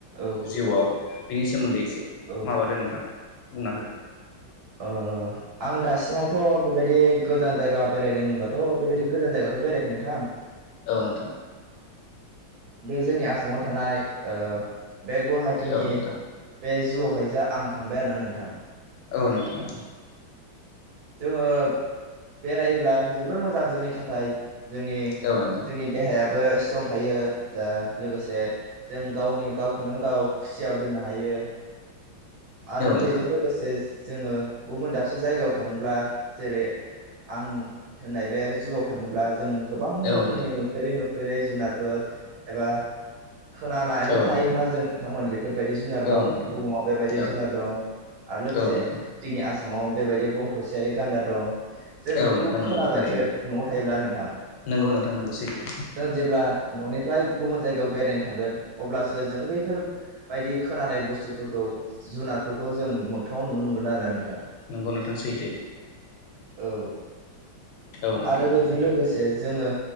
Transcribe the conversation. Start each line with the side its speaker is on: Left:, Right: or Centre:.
Right: औ
Left: जिउआव बेनि सोमोन्दै एसे
Right: औ
Left: माबादो नोंथां बुंना होदो।
Right: ओ आं दासिमावथ' बेबायदि गोजान जायगा बेरायदों होनबाथ' बेबायदि गोजान जायगाथ' बेरायाखै नोंथांं
Left: औ नोंथां
Right: बे जोंनि आसामाव थानाय ओ बे गुवाहाटिनि
Left: औ नोंथां
Right: बे जुआवहायजा आं थांबाय आरो ना नोंथां।
Left: औ नोंथां।
Right: जोंङो बेरायोब्ला जोबोर मोजां जोंनि थाखाय जोंनि
Left: औ नोंथां औ
Right: जोंनि देहायाबो स्त्रं थायो जा लोगोसे जों गावनि गावखौनो गाव खुसियाव दोननो हायो आरो
Left: नोंथां
Right: बेजों लोगोसे जोंङो गुबुन दाबसे जायगायाव थाङोब्ला जेरै आं दोननाय बे जुआव थांङोब्ला जों गोबां
Left: औ
Right: रोखोमनि
Left: नोंथां
Right: नुफेरै नुफेरै जुनारफोर एबा खोनानायल
Left: औ
Right: थायोमोन
Left: नोंथां
Right: आरो जों नोंथांमोन बेफोरबायदि जुनार
Left: औ
Right: दं
Left: नोंथां
Right: बुहुमाव बेबायदि जुनार
Left: औ
Right: दं आरो लोगोसे
Left: औ नोंथां
Right: जोंनि आसामाव बेबायदि गं थसेयारि गान्दा दं जों बेफोरखौ
Left: औ नोंथां
Right: खोनागोनसो
Left: नंगौ थारैनो
Right: नआव थायोब्ला नोंथां
Left: नंगौ नोंथां नंगौ सैथो
Right: जों जेब्ला ननिफ्राय गुबुन जायगायाव बेरायनो थांगोन अब्लासो जों बैफोरबायदि खोनानाय बुस्थुफोरखौ जुनार फोरखौ जों मोगथांङाव नुनो मोनोन आरोना नोंथां
Left: नोंगौ नोंथां सैथो
Right: औ
Left: औ नोंथां
Right: आरो बेजों लोगोसे जोंङो